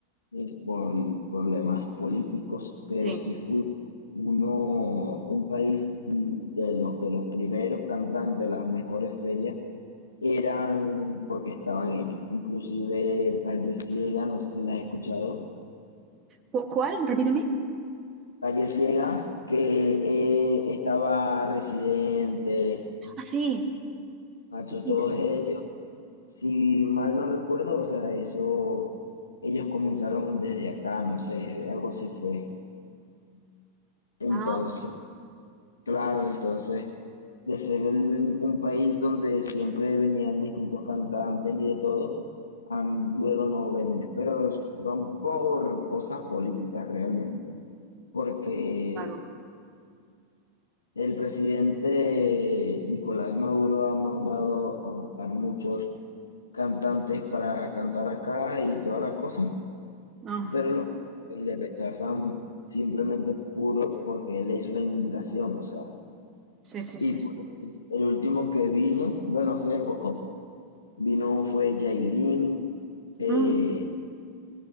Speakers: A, on the left; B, on the right.
A: es por problemas políticos, pero
B: sí.
A: sí fui uno, un país de los que los primeros cantantes, las mejores ferias, eran porque estaban ellos. Inclusive Calle Ciega, no sé si la has escuchado.
B: ¿Cu- ¿Cuál? Repíteme.
A: Calle Ciega, que eh, estaba Residente,
B: Ah, sí,
A: Nacho,
B: sí,
A: todos
B: sí.
A: ellos. Si mal no recuerdo, o sea, eso, ellos comenzaron desde acá, no sé, algo así fue. Entonces,
B: Ah,
A: Claro, entonces, de ser el- un país donde siempre venían distintos cantantes y de todo, a luego no venir. Pero son por cosas políticas realmente. Porque
B: claro.
A: el presidente Nicolás Maduro ha mandado a buscar muchos cantantes para cantar acá y toda la cosa,
B: Ah,
A: pero los le rechazan simplemente puro porque él le hizo la invitación, o sea.
B: sí, sí,
A: Y
B: sí,
A: pues
B: sí.
A: pues, el último que vino, bueno, hace poco, vino fue Yailin, eh,
B: Mm,